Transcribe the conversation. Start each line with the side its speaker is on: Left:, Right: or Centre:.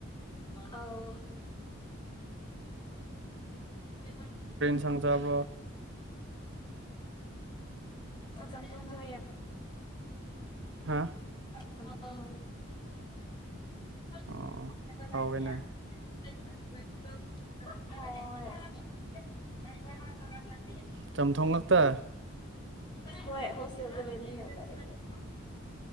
Left: ꯑꯥꯎ <inaudible>
Right: ꯁꯪꯆꯥꯕꯔꯣ
Left: ꯑ ꯆꯝꯊꯣꯡ ꯆꯥꯏꯌꯦ
Right: ꯍꯥꯥ
Left: ꯆꯝꯊꯣꯡ <inaudible>
Right: ꯑꯣ ꯍꯥꯎꯋꯦꯅꯦ
Left: ꯍꯣꯏ
Right: ꯆꯝꯊꯣꯡ ꯉꯥꯛꯇ
Left: ꯍꯣꯏ ꯍꯣꯁꯦꯜꯗ ꯂꯩꯕꯅꯤꯅ ꯎꯄꯥꯏ ꯂꯩꯇꯦ